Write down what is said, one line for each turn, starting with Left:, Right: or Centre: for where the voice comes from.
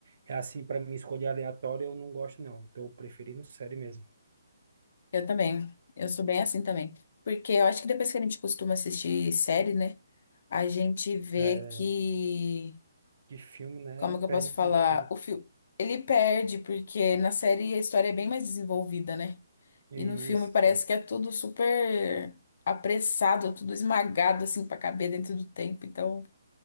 Right: é assim, para mim escolher aleatório eu não gosto, não. Tô preferindo série mesmo.
Left: Eu também. Eu sou bem assim também. Porque eu acho que depois que a gente costuma assistir série, né? A gente vê
Right: É,
Left: que.
Right: que filme, né?
Left: Como que
Right: Perde
Left: eu posso
Right: o
Left: falar?
Right: sentido.
Left: O filme. Ele perde, porque na série a história é bem mais desenvolvida, né?
Right: Isso.
Left: E no filme parece que é tudo super apressado, tudo esmagado assim pra caber dentro do tempo. Então,